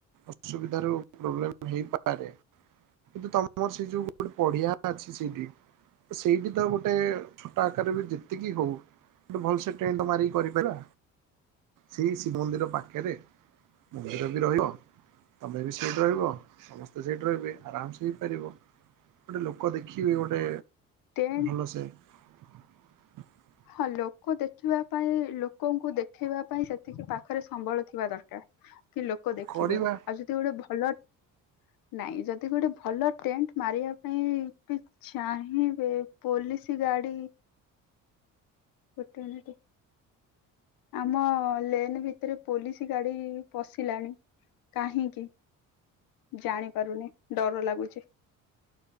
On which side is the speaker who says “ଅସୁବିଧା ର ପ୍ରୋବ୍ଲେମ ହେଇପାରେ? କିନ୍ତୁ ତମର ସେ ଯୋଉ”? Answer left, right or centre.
Right